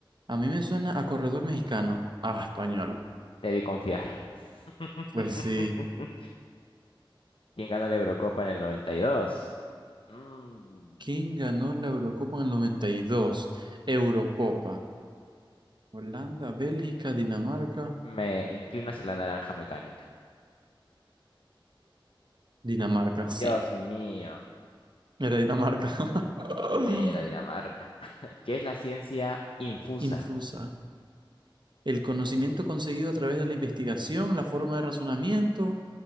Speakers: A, on the right; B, on the left.
A: A mí me suena a corredor mexicano. Ah, español.
B: Debí confiar. <laughs>
A: Pues sí.
B: ¿Quién gana la Eurocopa en el 92? Mm,
A: ¿Quién ganó la Eurocopa en el 92? Eurocopa. Holanda, Bélgica, Dinamarca.
B: me inclino hacia la naranja mecánica.
A: Dinamarca, sí.
B: Dios mío,
A: Era Dinamarca. <laughs>
B: sí, era Dinamarca. <laughs> ¿Qué es la ciencia infusa?
A: Infusa. El conocimiento conseguido a través de la investigación, la forma de razonamiento,